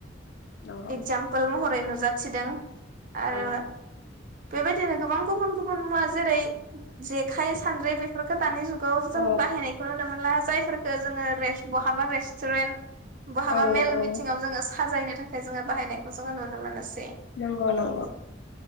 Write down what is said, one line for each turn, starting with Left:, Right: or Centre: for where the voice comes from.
Left: नंगौ
Right: एगजामपोल महरै नुजाथिदों आरो
Left: औ
Right: बेबायदिनो गोबां गुबुन गुबुन मुवा जेरै जेखाय सान्द्रि बेफोरखौ दानि जुगाव जों
Left: औ
Right: बाहायनायखौ नुनो मोनला जाय फोरखो जोङो रेस बहाबा रेस टुरेन बहाबा
Left: औ
Right: मेल
Left: औ
Right: मिथिंयाव जोङो साजायनो थाखाय जोङो बाहायनायखौ जोङो नुनो मोनोसै
Left: नंगौ नंगौ